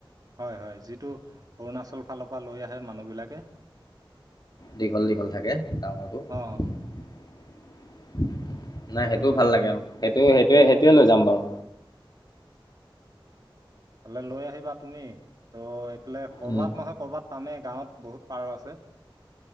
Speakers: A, on the right (about 45°); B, on the left (about 50°).
A: হয় -হয় যিটো অৰুণাচলৰ ফালৰ পৰা লৈ আহে মানুহ বিলাকে।
B: দীঘল দীঘল থাকে ডাঙৰটো
A: অ
B: <unintelligible> নাই
A: সেইটো
B: সেইটোও
A: বে
B: ভাল লাগে আৰু সেইটো সেইটোৱে সেইটোৱে লৈ যাম বাৰু
A: পালে লৈ আহিবা তুমি ত' এইফালে কৰবাত
B: উম,
A: নহয় কৰবাত পামেই গাঁৱত বহুত পাৰ আছে।